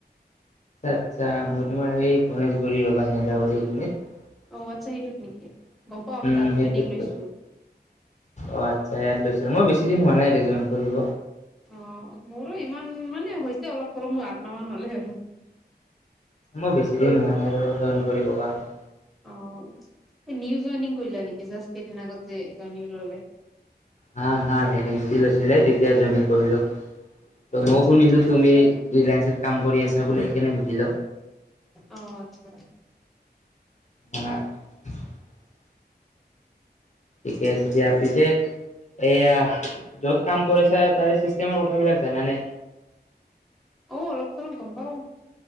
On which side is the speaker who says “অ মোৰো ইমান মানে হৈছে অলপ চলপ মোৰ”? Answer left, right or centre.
Centre